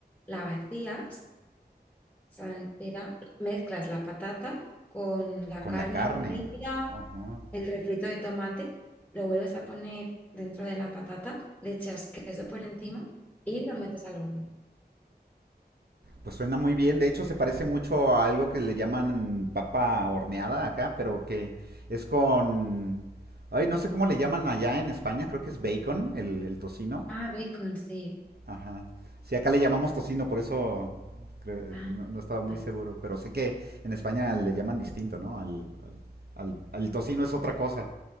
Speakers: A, in the centre; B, on the right.
A: la vacías, o la entera, mezclas la patata con la
B: Con
A: carne
B: la carne.
A: molida,
B: Ajá.
A: el refrito de tomate, lo vuelves a poner dentro de la patata, le echas queso por encima y lo metes al horno.
B: Pues suena muy bien. De hecho, se parece mucho a algo que le llaman papa horneada acá, pero que es con. Ay, no sé cómo le llaman allá en España. Creo que es bacon, el, el tocino.
A: Ah, bacon, sí.
B: Ajá. Sí, acá le llamamos tocino, por eso creo-
A: Ah,
B: eh, no, no estaba muy
A: bueno.
B: seguro, pero sé que en España le llaman distinto, ¿no? Al, al- al- al tocino es otra cosa.